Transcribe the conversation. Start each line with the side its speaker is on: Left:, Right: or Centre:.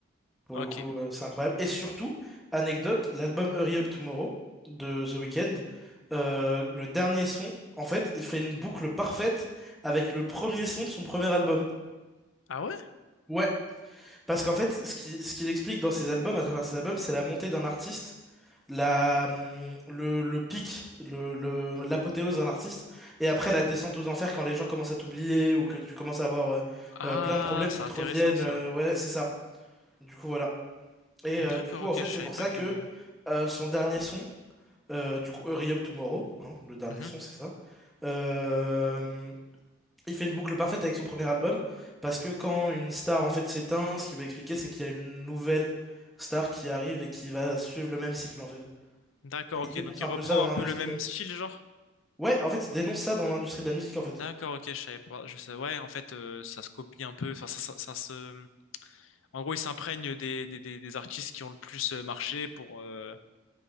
Centre: Pour
Left: Ok.
Centre: le coup, euh, c'est incroyable. Et surtout, anecdote, l'album Hurry Up Tomorrow de The Weeknd, euh, le dernier son, en fait, il fait une boucle parfaite avec le premier son de son premier album.
Left: Ah ouais?
Centre: Ouais. Parce qu'en fait, ce qui, ce qu'il explique dans ses albums, à travers ses albums, c'est la montée d'un artiste, la, hum, le, le pic, le, le- l'apothéose d'un artiste, et après la descente aux enfers quand les gens commencent à t'oublier ou que tu commences à avoir euh,
Left: Ah,
Centre: euh, plein de problèmes
Left: c'est
Centre: qui
Left: intéressant
Centre: te reviennent.
Left: ça.
Centre: euh, ouais, c'est ça. Du coup, voilà. Et
Left: D'accord,
Centre: euh, du coup,
Left: ok,
Centre: en fait,
Left: je savais
Centre: c'est pour
Left: pas
Centre: ça
Left: que.
Centre: que euh, son dernier son, euh, du coup, Hurry Up Tomorrow, hein, le dernier
Left: Mhm.
Centre: son, c'est ça. Euh, il fait une boucle parfaite avec son premier album, parce que quand une star en fait s'éteint, ce qu'il va expliquer, c'est qu'il y a une nouvelle star qui arrive et qui va suivre le même cycle en fait.
Left: D'accord,
Centre: Et
Left: ok.
Centre: il
Left: Donc
Centre: dénonce
Left: il
Centre: un
Left: reprend
Centre: peu ça dans
Left: un
Centre: l'industrie
Left: peu le même
Centre: de la musique.
Left: style, genre.
Centre: Ouais, en fait, il dénonce ça dans l'industrie de la musique en fait.
Left: D'accord, ok, je savais pas. Je sais. Ouais, en fait, euh, ça se copie un peu. Enfin, ça, ça, ça se. En gros, ils s'imprègnent des, des, des, des artistes qui ont le plus euh, marché pour, euh,